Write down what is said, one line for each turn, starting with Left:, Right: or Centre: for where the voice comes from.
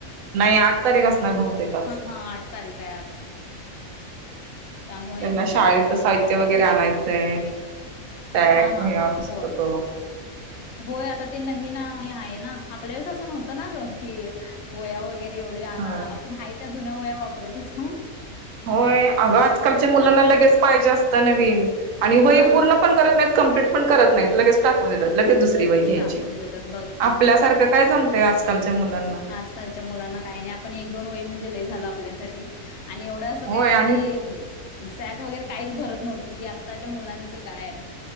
Right: नायी आट तारीख असत बहतेकच
Left: हा आठ तारीख आहे आज त्यामुळे
Right: त्यांना
Left: बघूया
Right: शाळेच साहित्य
Left: असं
Right: वगैरे
Left: कसं होते
Right: आणायचय सॅक
Left: हा हा
Right: व्हया
Left: हा
Right: पुस्तक.
Left: होय होय आता ते नवीन आ आहे ना? आपल्या वेळेस अस नव्हत ना की वोया वगर एवडे आणा
Right: होय
Left: आपण आहे त्यात जुन्या वया वापरात होतु
Right: होय अग आजकालच्या मुलांना लगेच पाइजे असत नवीन आणि वही
Left: हा
Right: पूर्ण पण करत नाइत कंप्लिट पण करत नाइत लगेच टाकून देतात. लगेच दुसरी
Left: लगेज
Right: वही घ्यायची
Left: टाकून देतात बघ की,
Right: आपल्यासारखं काय जमतंय आजकालच्या मुलांना
Left: आजकालच्या मुलांना कायी नयी आपण एक दोन वय म्हणजे लय झाला आपल्यासाटी. आणि एवढ अस
Right: होय
Left: काही आपली
Right: आणि
Left: सॅक वगरे काहीच भरत नव्हती की आता ताच्या मुलांच काय.